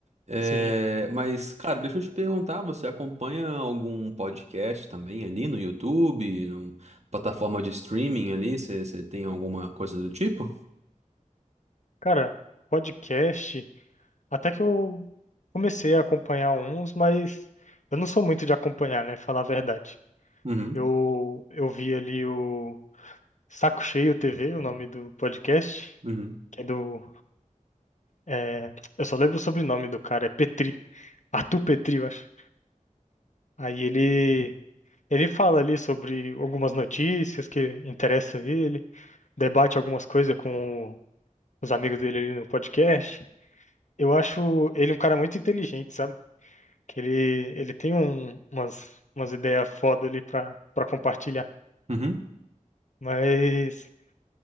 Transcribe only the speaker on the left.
Sim.
Cara, podcast, até que eu comecei a acompanhar uns, mas eu não sou muito de acompanhar, né? Falar a verdade.
Eu, eu vi ali o Saco Cheio TV, o nome do podcast,
que é do. é, eu só lembro o sobrenome do cara, é Petri. Arthur Petri, eu acho. Aí ele, ele fala ali sobre algumas notícias que interessam ele, debate algumas coisas com os amigos dele ali no podcast. Eu acho ele um cara muito inteligente, sabe? Que ele, ele tem um- umas, umas ideias foda ali pra, pra compartilhar.
Mas.